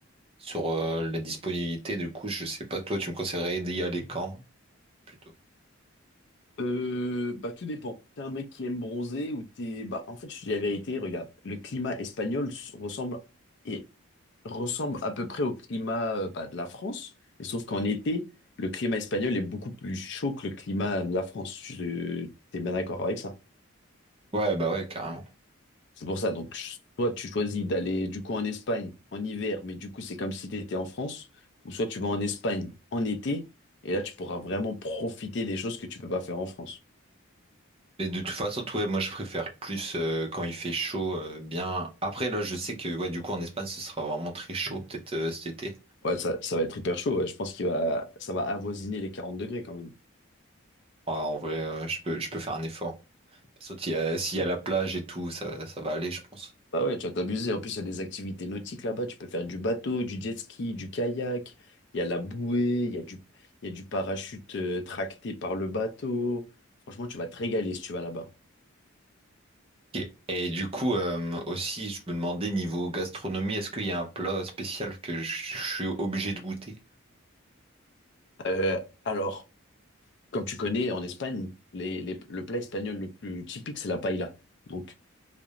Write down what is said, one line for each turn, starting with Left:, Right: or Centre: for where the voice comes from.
Right: sur euh, la disponibilité. Du coup, je sais pas. Toi, tu me conseillerais d'y aller quand, plutôt?
Left: Euh, bah tout dépend. T'es un mec qui aime bronzer ou t'es... Bah en fait, je te dis la vérité, regarde, le climat espagnol s- ressemble et ressemble à peu près au climat euh, bah, de la France, mais sauf qu'en été, le climat espagnol est beaucoup plus chaud que le climat de la France. Je- T'es bien d'accord avec ça?
Right: Ouais, bah ouais, carrément.
Left: C'est pour ça, donc ch- soit tu choisis d'aller du coup en Espagne en hiver, mais du coup c'est comme si t'étais en France, ou soit tu vas en Espagne en été, et là tu pourras vraiment profiter des choses que tu peux pas faire en France.
Right: mais de toute façon, t- ouais, moi, je préfère plus euh, quand il fait chaud. euh, bien... Après, là, je sais que ouais, du coup, en Espagne, ce sera vraiment très chaud, peut-être euh, cet été.
Left: Ouais, ça, ça va être hyper chaud. ouais. Je pense qu'il va, ça va avoisiner les 40 degrés quand même.
Right: Ah, en vrai, euh, je peux, je peux faire un effort. Sauf qu'il y a- s'il y a la plage et tout, ça, ça va aller, je pense.
Left: Bah ouais, tu vas t'abuser. En plus, il y a des activités nautiques là-bas. Tu peux faire du bateau, du jet ski, du kayak. Il y a la bouée, il y a du, il y a du parachute euh, tracté par le bateau. Franchement, tu vas te régaler si tu vas là-bas.
Right: Ok. Et du coup, euh, aussi, je me demandais, niveau gastronomie, est-ce qu'il y a un plat spécial que je je suis obligé de goûter?
Left: Euh, alors, comme tu connais, en Espagne, les, les- le plat espagnol le plus typique, c'est la paella. Donc,